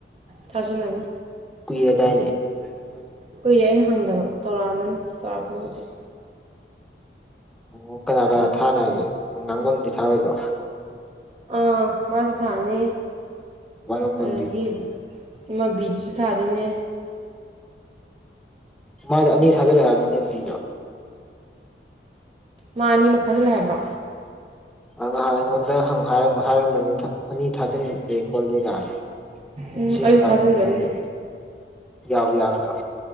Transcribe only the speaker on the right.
ꯊꯥꯖꯤꯜꯂꯅꯤ
ꯀꯨꯏ ꯑꯩꯅ ꯍꯪꯗꯕ ꯇꯧꯔꯛꯑꯝꯃꯅꯤ ꯇꯧꯔꯛꯄꯕꯨꯗꯤ
ꯑꯥ ꯃꯥꯁꯨ ꯊꯥꯅꯤ
ꯑꯗꯨꯗꯒꯤ ꯏ ꯕꯤꯗꯨꯁꯨ ꯊꯥꯗꯣꯏꯅꯦ
ꯃꯥ ꯑꯅꯤ ꯃꯈꯥꯗꯤ ꯂꯩ ꯍꯥꯏꯕ꯭ꯔꯣ
ꯎꯝ
ꯑꯩꯁꯨ
ꯊꯥꯖꯤꯟꯗꯣꯏꯅꯤ